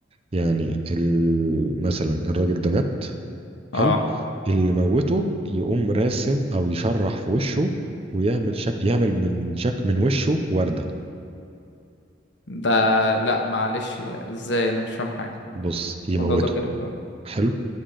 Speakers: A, on the right; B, on the left.
A: يعني ال- مثلا الراجل ده مات حلو
B: اه
A: اللي موته يقوم راسم أو يشرح في وشه ويعمل شك يعمل من شك من وشه وردة
B: ده لا معلش ازاي انا مش فاهم حاجة
A: بص يموته
B: الموضوع ده غريب قوي
A: حلو